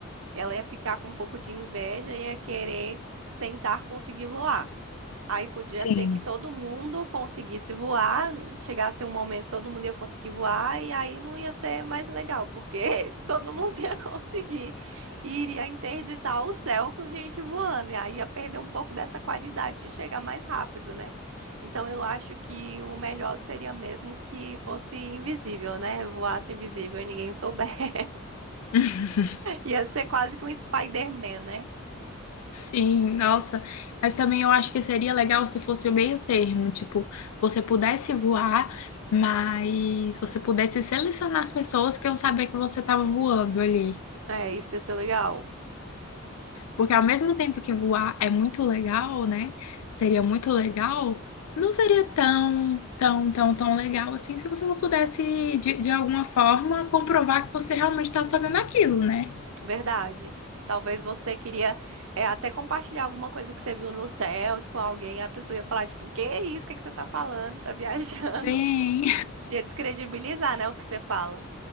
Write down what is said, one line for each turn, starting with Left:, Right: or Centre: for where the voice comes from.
Right: ela ia ficar com um pouco de inveja e ia querer tentar conseguir voar. Aí podia
Left: Sim.
Right: ser que todo mundo conseguisse voar, chegasse um momento todo mundo ia conseguir voar e aí não ia ser mais legal, porque <laughs> todo mundo ia conseguir e iria interditar o céu com gente voando, e aí ia perder um pouco dessa qualidade de chegar mais rápido, né? Então eu acho que o melhor seria mesmo que fosse invisível, né? Voasse invisível e ninguém <laughs> soubesse.
Left: <laughs>
Right: Ia ser quase que um Spider-Man, né?
Left: Sim, nossa, mas também eu acho que seria legal se fosse o meio termo, tipo, você pudesse voar, mas você pudesse selecionar as pessoas que iam saber que você estava voando ali.
Right: É, isso ia ser legal.
Left: Porque ao mesmo tempo que voar é muito legal, né? Seria muito legal, não seria tão, tão, tão, tão legal assim se você não pudesse, de, de alguma forma, comprovar que você realmente estava fazendo aquilo, né?
Right: Verdade. Talvez você queria é, até compartilhar alguma coisa que você viu nos céus com alguém, a pessoa ia falar, tipo, que isso? O que que você tá falando? Tá viajando?
Left: Sim,
Right: <laughs> Ia descredibilizar, né, o que você fala.